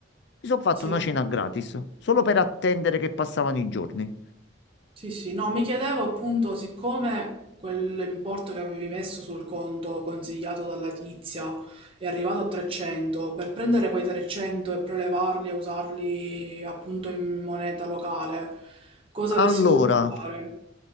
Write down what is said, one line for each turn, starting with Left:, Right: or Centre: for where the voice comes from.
Left: mi sono fatto
Right: sì.
Left: una cena gratis, solo per attendere che passavano i giorni.
Right: Sì, sì, no, mi chiedevo appunto, siccome quell'importo che avevi messo sul conto consigliato dalla tizia è arrivato a 300, per prendere quei 300 e prelevarli e usarli appunto in moneta locale, cosa avresti
Left: Allora,
Right: dovuto fare?